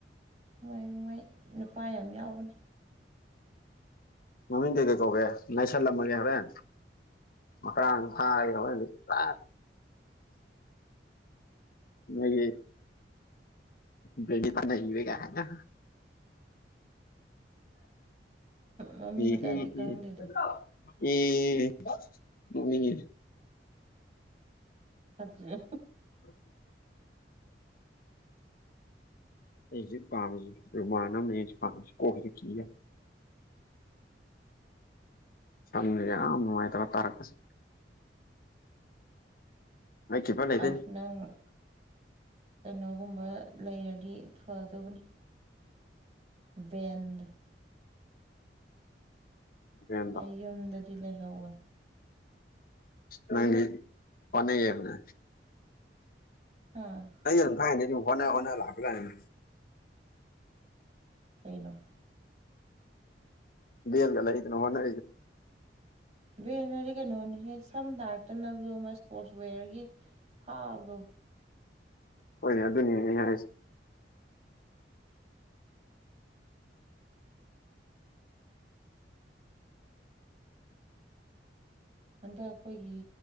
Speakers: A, on the right (about 40°); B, on the left (about 55°).
A: ꯃꯣꯏ ꯃꯣꯏ ꯅꯨꯄꯥ ꯌꯥꯝ ꯌꯥꯎꯕꯅꯤ
B: ꯃꯃꯤꯡꯗꯤꯩ ꯀꯩ ꯀꯧꯒꯦ ꯂꯥꯏꯁꯜꯂꯝꯃꯒꯦ ꯍꯣꯔꯦꯟ ꯃꯀꯔꯥ ꯊꯥ ꯃꯥꯦ ꯄ ꯏꯕꯒ ꯍꯥꯏ ꯎ
A: ꯃꯃꯤꯡꯒꯗꯤ ꯈꯪꯗꯦꯗ
B: ꯎꯝ ꯎꯝ
A: ꯆꯠꯦ
B: ꯑꯣ ꯍ ꯑꯩꯁꯤꯦ ꯄꯥꯝꯃꯤꯁꯤꯦ ꯔꯨꯃꯥꯟ ꯑꯃ ꯑꯩꯁꯤꯦ ꯄꯥꯝꯃꯤꯁꯤ ꯀꯣꯛꯁꯤ ꯀꯤ ꯁꯝꯅꯤꯅꯨꯡꯉꯥꯏ ꯇꯔ ꯇꯔꯛꯀꯁꯤ ꯑꯩ ꯀꯤꯄꯔ ꯂꯩꯗꯣꯏꯅꯤ
A: ꯑ ꯅꯪ ꯀꯩꯅꯣꯒꯨꯝꯕ ꯂꯩꯔꯗꯤ ꯐꯗꯧꯕꯅꯤ ꯕꯦꯟ
B: ꯅꯪ
A: ꯑꯩ ꯌꯨꯝꯗꯗꯤ ꯂꯩꯍꯧꯋꯅꯦ
B: ꯅꯪ ꯄꯅꯦꯒꯦꯅꯦ
A: ꯍꯥꯥ
B: ꯑꯩ ꯑꯗꯨꯝ ꯊꯥꯏꯅꯗꯤ ꯑꯗꯨ ꯍꯣꯠꯅ ꯍꯣꯠꯅ ꯂꯥꯛꯄ ꯂꯅꯤꯅꯦ
A: ꯀꯩꯅꯣ
B: ꯦꯦꯜꯒꯂ ꯂꯩꯅ ꯍꯟꯅ
A: ꯕꯦꯅꯗꯤ ꯀꯩꯅꯣꯅꯤ ꯍꯦꯛ ꯁꯝ ꯇꯥꯔꯛꯇꯅꯕꯗꯣ ꯃꯥ ꯏꯁꯄꯣꯔꯠꯁ ꯋꯦꯌꯔꯒꯤ ꯐꯥꯕꯗꯣ
B: ꯍꯣꯏꯅꯦ ꯑꯗꯨꯅꯦ ꯑꯩ ꯍꯥꯏꯁꯦ
A: ꯍꯟꯗꯛ ꯑꯩꯈꯣꯏꯒꯤ